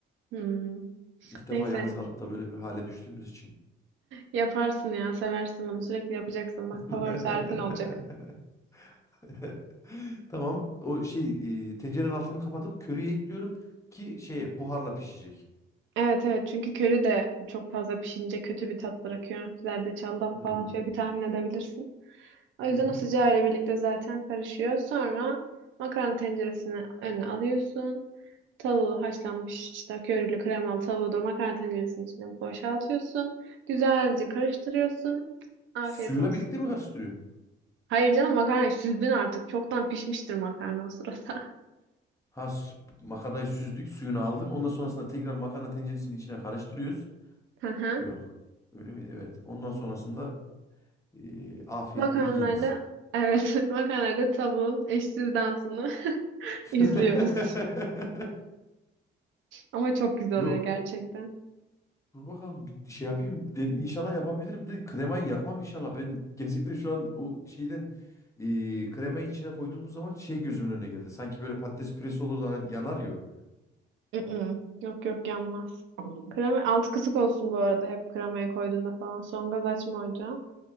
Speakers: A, on the right; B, on the left.
A: Hmm.
B: İlk defa
A: Neyse
B: yalnız kalıp da böyle bir hale düştüğümüz için.
A: Yaparsın ya, seversin bunu. Sürekli yapacaksın. Bak
B: <laughs>
A: favori tarifin olacak.
B: <laughs> Tamam. O şey e, tencerenin altını kapatıp köriyi ekliyorum ki şeye buharla pişecek.
A: Evet evet çünkü köri de çok fazla pişince kötü bir tat bırakıyor. Zerdeçaldan
B: Hmm.
A: falan şöyle bir tahmin edebilirsin. O yüzden
B: Hı hı.
A: o sıcağı ile birlikte zaten karışıyor. Sonra makarna tenceresini önüne alıyorsun. Tavuğu haşlanmış işte körili kremalı tavuğu da makarna tenceresinin içine boşaltıyorsun. Güzelce karıştırıyorsun. Afiyet
B: Suyla
A: olsun.
B: birlikte mi karıştırıyorum?
A: Hayır canım makarna süzdün artık. Çoktan pişmiştir makarna o sırada.
B: Ha s- makarnayı süzdük, suyunu aldık. Ondan sonrasında tekrar makarna tenceresinin içine karıştırıyoruz.
A: <laughs> Hı hı.
B: Yok. Öyle mi? Evet. Ondan sonrasında e, afiyetle
A: Makarnayla
B: yiyiniz.
A: evet <laughs> makarnayla tavuğun eşsiz dansını <laughs>
B: <laughs>
A: izliyoruz. Ama çok güzel
B: Yo
A: oluyor gerçekten.
B: Dur bakalım bir şey yapayım. De, inşallah yapabilirim de kremayı yakmam inşallah. Ben gerçekten şu an o şeyden e, kremayı içine koyduğumuz zaman şey gözümün önüne geldi. Sanki böyle patates püresi olur da hani yanar ya. o.
A: Mm-mm. Yok yok yanmaz. Krema alt kısık olsun bu arada hep kremaya koyduğunda falan. Son gaz açma ocağı.